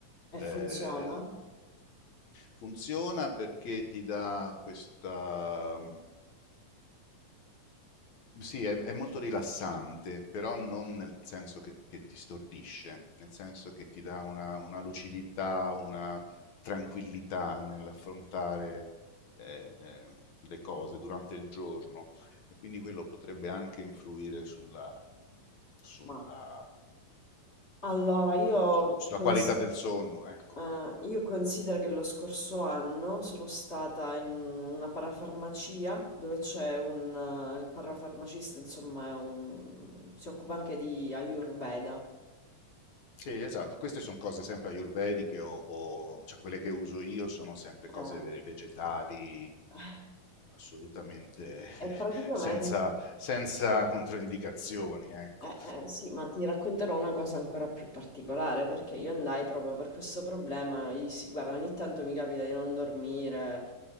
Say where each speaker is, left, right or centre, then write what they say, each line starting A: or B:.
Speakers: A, on the left (about 60°); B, on the left (about 25°).
A: Eh,
B: E funziona?
A: funziona perché ti dà questa, sì, è, è molto rilassante, però non nel senso che, che ti stordisce, nel senso che ti dà una, una lucidità, una tranquillità nell'affrontare eh, eh, le cose durante il giorno e quindi quello potrebbe anche influire sulla, sulla,
B: Ma allora io
A: eh, sulla
B: con
A: qualità del sonno, ecco.
B: Eh, io considero che lo scorso anno sono stata in una parafarmacia dove c'è un... eh, il parafarmacista, insomma, è un- si occupa anche di Ayurveda.
A: Sì, esatto, queste sono cose sempre ayurvediche o, o- cioè quelle che uso io sono sempre cose
B: Eh,
A: ve- vegetali, mh,
B: eh,
A: assolutamente
B: e praticamente...
A: <laughs> senza, senza controindicazioni, ecco.
B: Eh, eh, sì, ma ti racconterò una cosa ancora più particolare perché io andai proprio per questo problema. Gli dissi, guarda, ogni tanto mi capita di non dormire.